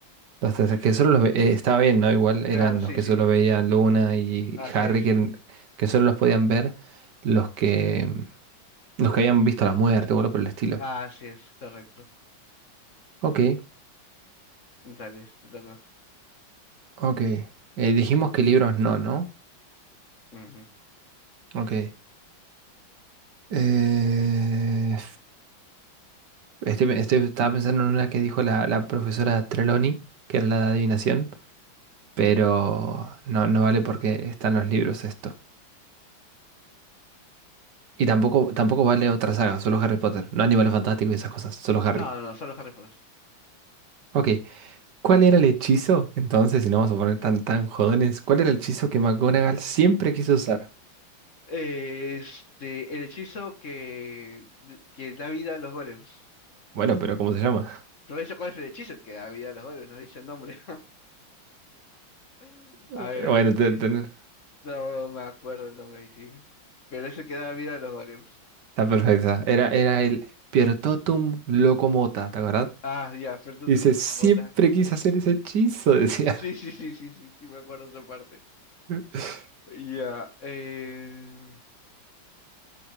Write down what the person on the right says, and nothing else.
Los test que solo los ve- eh, estaba bien, ¿no? Igual eran
los que
solo veían Luna y
Harry,
que, en- que solo los podían ver los que, los que habían visto la muerte o algo por el estilo.
Ok.
Ok. Eh, dijimos que libros no, ¿no?
Ok. Eh, estoy, estoy- estaba pensando en una que dijo la, la profesora Trelawney, que era la de adivinación, pero no, no vale porque están los libros esto. Y tampoco, tampoco vale otra saga, solo Harry Potter, no Animales Fantásticos y esas cosas, solo Harry.
Ok. ¿Cuál era el hechizo? Entonces, si no vamos a poner tan, tan jodones, ¿cuál era el hechizo que McGonagall siempre quiso usar?
Bueno, pero ¿cómo se llama?
<laughs>
Bueno, te-
te-
Está perfecta. Era, era el Piertotum Locomota, ¿te acuerdas?
Y dice,
siempre
quise hacer ese hechizo, decía.
<laughs>